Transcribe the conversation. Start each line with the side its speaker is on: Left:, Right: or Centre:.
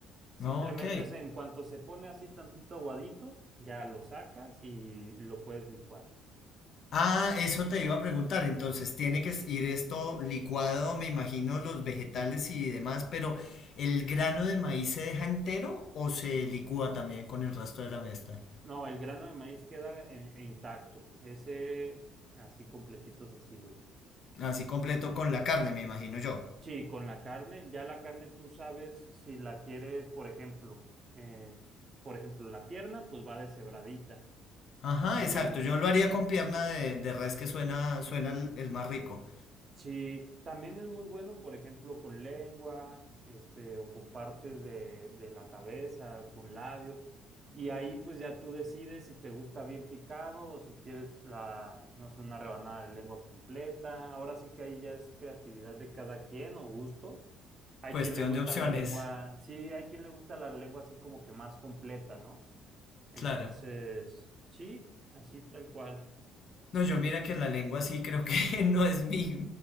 Right: Simplemente
Left: Ok.
Right: es en cuanto se pone así tantito aguadito, ya lo sacas y lo puedes licuar.
Left: Ah, eso te iba a preguntar. Entonces, tiene que ir esto licuado, me imagino, los vegetales y demás, pero ¿el grano de maíz se deja entero o se licúa también con el resto de la mezcla?
Right: No, el grano de maíz queda eh, intacto, ese así completito se sirve.
Left: Así completo con la carne, me imagino yo.
Right: Sí, con la carne, ya la carne tú sabes si la quieres, por ejemplo, eh, por ejemplo, la pierna, pues va deshebradita,
Left: Ajá,
Right: así,
Left: exacto. Yo lo haría con pierna de, de res que suena, suena el el más rico.
Right: Sí, también es muy bueno, por ejemplo, con lengua, este, o con partes de, de la cabeza, con labio, y ahí pues ya tú decides si te gusta bien picado o si quieres la, no sé, una rebanada de lengua completa. Ahora sí que ahí ya es creatividad de cada quien o gustos. Hay
Left: Cuestión
Right: quien le gusta
Left: de opciones.
Right: la lengua, sí, hay quien le gusta la lengua así como que más completa, ¿no? Entonces,
Left: Claro.
Right: sí, así tal cual.
Left: No, yo mira que la lengua sí creo que <laughs> no es mi